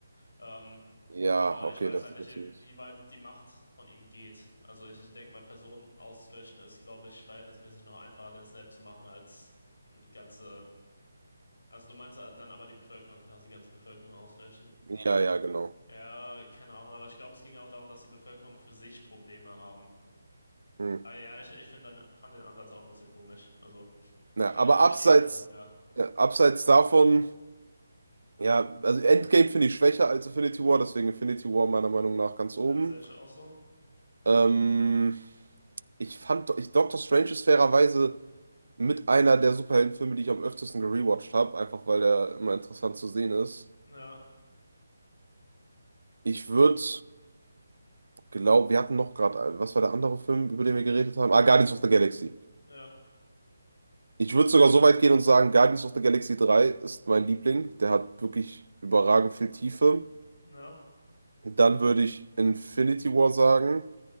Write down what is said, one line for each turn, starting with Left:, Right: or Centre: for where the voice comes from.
Left: Ähm,
Right: Ja,
Left: aber
Right: okay,
Left: ich weiß
Right: das
Left: halt
Right: ist
Left: nicht,
Right: natürlich.
Left: inwieweit die Macht von ihm geht. Also ich, ich denke mal, Personen auszulöschen ist, glaube ich, verhältnismäßig noch einfacher, den Snap zu machen, als äh, ganze... Also du meinst äh, dann aber die Bevölkerung, quasi die ganze Bevölkerung auslöschen.
Right: Ja, ja, genau.
Left: Ja, keine Ahnung, aber ich glaube, es ging ja auch darum, dass die Bevölkerung für sich Probleme haben.
Right: Hm.
Left: Aber ja, ich, ich finde dann, fand den Ansatz auch ein bisschen komisch. Also
Right: Na,
Left: ich kann
Right: aber
Left: ihn verstehen,
Right: abseits,
Left: aber ja.
Right: äh, abseits davon, ja, also Endgame finde ich schwächer als Infinity War, deswegen Infinity War meiner Meinung nach ganz
Left: Ja,
Right: oben.
Left: sehe ich auch so.
Right: Ähm, ich fand, ich, Doctor Strange ist fairerweise mit einer der Superheldenfilme, die ich am öftesten gerewatcht habe, einfach weil er immer interessant zu sehen ist.
Left: Ja.
Right: Ich würde glaube, wir hatten noch gerade, was war der andere Film, über den wir geredet haben? Ah, Guardians of
Left: ja.
Right: the Galaxy.
Left: Ja,
Right: Ich würde sogar so weit gehen und sagen, Guardians of the Galaxy 3 ist mein Liebling. Der hat wirklich überragend viel Tiefe.
Left: ja,
Right: Dann würde ich Infinity War sagen.